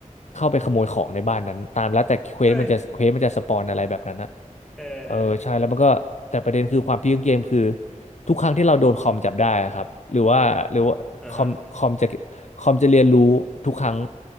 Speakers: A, on the left (about 65°); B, in the centre.
A: เข้าไปขโมยของในบ้านนั้นตามแล้วแต่เควสมันจะเควสมันจะสปอนอะไรแบบนั้นนะ
B: เฮ้ยเออเออ
A: เออใช่แล้วมันก็แต่ประเด็นคือความพีคของเกมคือทุกครั้งที่เราโดนคอมจับได้อะครับหรือว่าหรือว่าคอมคอมจะ
B: อ่าฮะ
A: คอมจะเรียนรู้ทุกครั้ง